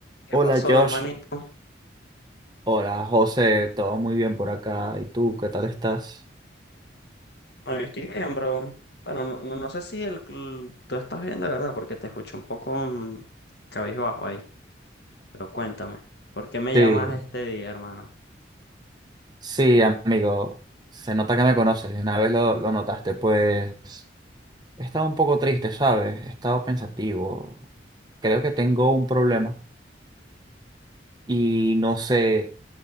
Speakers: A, on the left; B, on the right.
A: ¿Qué
B: Hola
A: pasó,
B: Josh,
A: hermanito?
B: hola José, todo muy bien por acá. ¿Y tú, qué tal estás?
A: Bueno, yo estoy bien, bro. Bueno, no, no, no sé si el, el- tú estás bien de verdad, porque te escucho un poco mm, cabizbajo ahí. Pero cuéntame, ¿por qué me
B: Sí,
A: llamas este día, hermano?
B: sí, amigo, se nota que me conoces, y una vez lo, lo notaste, pues he estado un poco triste, ¿sabes? He estado pensativo, creo que tengo un problema y no sé